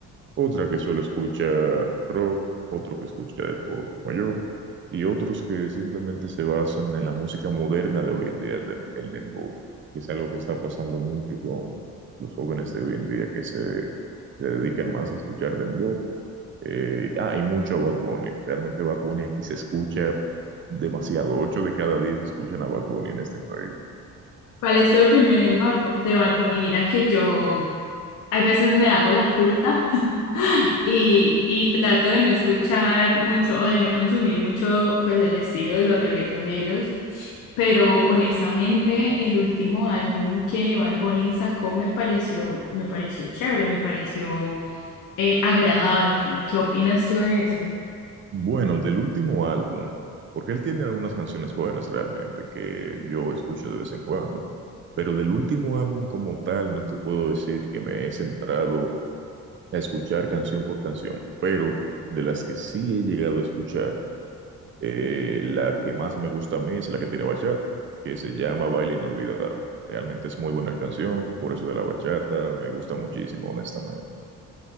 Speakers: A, on the right (about 40°); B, on the left (about 90°).
A: otra que solo escucha rock, otro que escucha de todo como yo, y otros que simplemente se basan en la música moderna de hoy en día, el, dem- el dembow, que es algo que está pasando mucho con los jóvenes de hoy en día que se, se dedican más a escuchar dembow. Eh, ah, y mucho a Bad Bunny. Realmente Bad Bunny aquí se escucha demasiado. Ocho de cada diez escuchan a Bad Bunny en este país.
B: ¿Cuál es tu opinión en Bad Bu- de Bad Bunny? Mira que yo hay veces me hago la culta Y, y trato de no escuchar mucho o de no consumir mucho pues el estilo de los reggaetoneros, pero honestamente el último álbum que Bad Bunny sacó me pareció, me pareció chévere, me pareció eh, agradable. ¿Qué opinas tú de eso?
A: Bueno, del último álbum, porque él tiene algunas canciones buenas realmente que yo escucho de vez en cuando, pero del último álbum como tal no te puedo decir que me he centrado a escuchar canción por canción, pero de las que sí he llegado a escuchar, eh, la que más me gusta a mí es la que tiene bachata, que se llama Baile Inolvidable. Realmente es muy buena canción, por eso de la bachata me gusta muchísimo, honestamente.